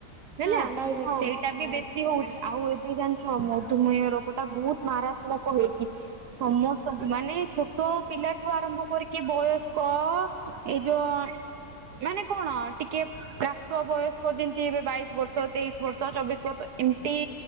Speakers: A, on the right; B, on the right.
A: ହେଲା
B: ହଁ ଡାଇବେଟିସ୍
A: ସେଇଟା
B: ଟା
A: ବି ବେଶୀ। ହଉଛି ଆଉ ଏବେ ଜାଣିଛ ମଧୁମେହ ରୋଗ ଟା ବହୁତ ମାରାତ୍ମକ ହେଇଛି। ସମସ୍ତଙ୍କୁ ମାନେ ଛୋଟ। ପିଲା ଠୁ ଆରମ୍ଭ କରିକି ବୟସ୍କ ଏଇ ଯୋଉ ଆଁ। ମାନେ କଣ ଟିକେ। ପ୍ରାପ୍ତ ବୟସ୍କ ଯେନ୍ତି ଏବେ ବାଇଶି ବର୍ଷ ତେଇଶି ବର୍ଷ ଚବିଶ ବର୍ଷ ଏମ୍ତି